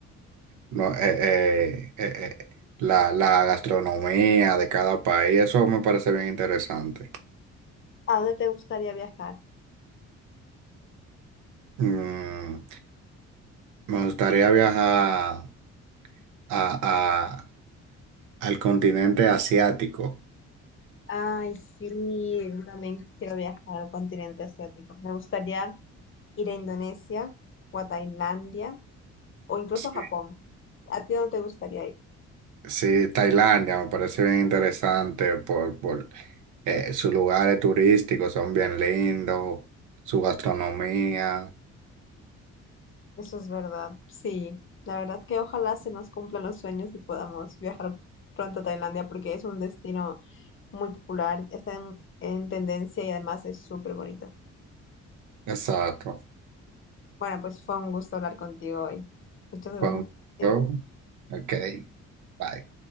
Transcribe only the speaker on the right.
no- eh, eh, eh, eh, la, la gastronomía de cada país, eso me parece bien interesante.
Mm, me gustaría viajar a, a- al continente asiático.
Sí,
sí, Tailandia me parece bien interesante por, por eh, sus lugares turísticos son bien lindos, su gastronomía.
Exacto.
Fue un-
show. Ok, bye.